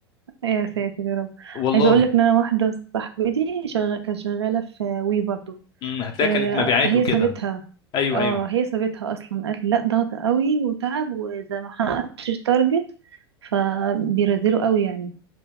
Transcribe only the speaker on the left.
والله
مم، هتلاقي
كانت مبيعات
وكده
ايوه
ايوه